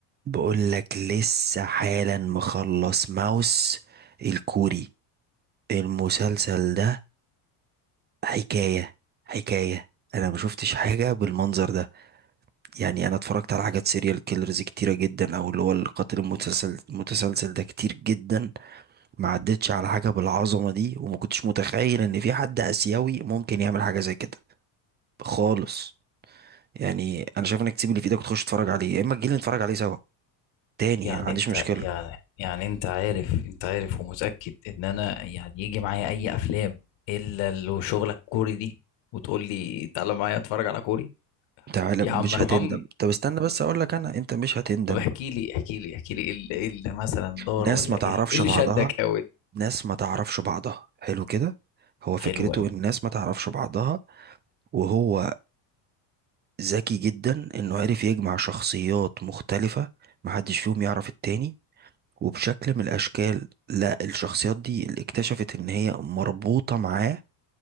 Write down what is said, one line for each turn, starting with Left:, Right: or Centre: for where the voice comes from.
Right: بقولك لسه حالا مخلص ماوس الكوري المسلسل ده حكاية حكاية انا ما شفتش حاجة بالمنظر ده يعني انا اتفرجت على حاجات سيريال كيلرز كتيرة جدا او اللي هو القاتل المتسلسل المتسلسل ده كتير جدا ما عدتش على حاجة بالعظمة دي وما كنتش متخيل ان في حد اسيوي ممكن يعمل حاجة زي كده خالص يعني انا شايف انك تسيب اللي في ايدك وتخش تتفرج عليه يا اما تجيلي نتفرج عليه سوا تاني
Left: يعني
Right: انا ما عنديش
Left: انت
Right: مشكلة
Left: يعني يعني انت عارف انت عارف ومتأكد ان انا يعني يجي معايا اي افلام الا لو شغلك كوري دي وتقول لي تعالى معايا اتفرج على كوري
Right: تعالى
Left: يا
Right: مش
Left: عم ارحمني
Right: هتندم طب استنى بس اقول لك انا انت مش هتندم
Left: طب احكي لي احكي لي احكي لي ايه اللي إيه اللي مثلا دار
Right: ناس
Left: ولا
Right: ما تعرفش
Left: ايه اللي إيه اللي
Right: بعضها
Left: شدك قوي
Right: ناس ما تعرفش بعضها حلو كده هو فكرته
Left: حلو قوي
Right: ان الناس ما تعرفش بعضها وهو ذكي جدا انه عرف يجمع شخصيات مختلفة محدش فيهم يعرف التاني وبشكل من الاشكال لا الشخصيات دي اللي اكتشفت ان هي مربوطة معاه